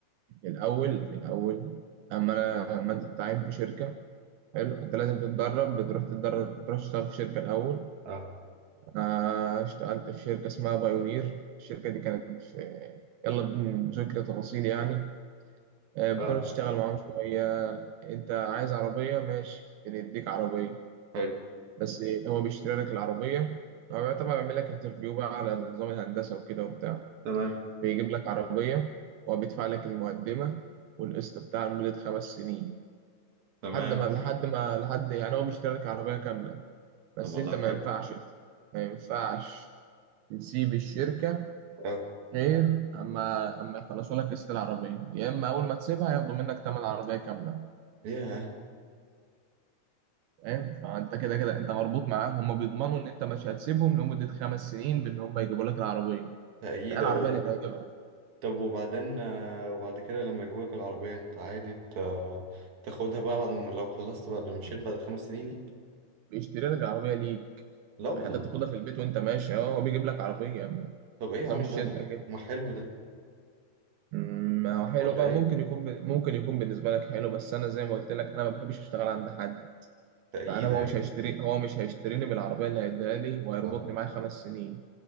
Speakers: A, on the right; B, on the right.
A: في الأول في الأول أما أنا ما أنت بتتعين في شركة حلو انت لازم تتدرب بتروح تتدرب بتروح تشتغل في شركه الاول
B: اه
A: انا اشتغلت في شركه اسمها بايونير الشركه دي كانت في يلا بذكر تفاصيل يعني آه، بتقعد
B: اه
A: تشتغل معاهم شويه انت عايز عربيه ماشي بنديك عربيه
B: حلو
A: بس هو بيشتري لك العربيه هو طبعا بيعمل لك انترفيو بقى على نظام الهندسه وكده وبتاع
B: تمام
A: بيجيب لك عربيه هو بيدفع لك المقدمه والقسط بتاع لمده خمس سنين
B: تمام
A: لحد ما لحد ما لحد يعني هو بيشتري لك عربيه كامله بس
B: طب والله
A: انت
B: حلو
A: ما ينفعش ما ينفعش تسيب الشركة
B: اه
A: غير اما اما يخلصوا لك قسط العربية يا اما اول ما تسيبها ياخدوا منك تمن العربية كاملة
B: ياه
A: فاهم فانت كده كده انت مربوط معاهم هم بيضمنوا ان انت مش هتسيبهم لمدة خمس سنين بان هم يجيبوا لك العربية
B: تأييدة
A: ده العربية
B: و...
A: اللي تعجبك
B: طب وبعدين آه، وبعد كده لما يجيبولك العربية انت عادي ت... تاخدها بقى بعد ما لو خلصت بعد ما مشيت بعد خمس سنين دي
A: بيشتري لك العربية ليك
B: لا والله
A: حتى بتاخدها في البيت وانت ماشي اه هو بيجيب لك عربية ما-
B: طب ايه
A: نظام
B: يا عم
A: الشركة
B: ده م-
A: كده
B: ما حلو ده
A: أمم، ما هو حلو
B: ولا
A: بقى
B: ايه
A: ممكن يكون ب... ممكن يكون بالنسبة لك حلو بس أنا زي ما قلت لك أنا ما بحبش أشتغل عند حد
B: تأييدة
A: فانا هو
B: يعني
A: مش هيشتري هو مش هيشتريني بالعربيه اللي هيديها لي وهيربطني
B: صح
A: معاه خمس سنين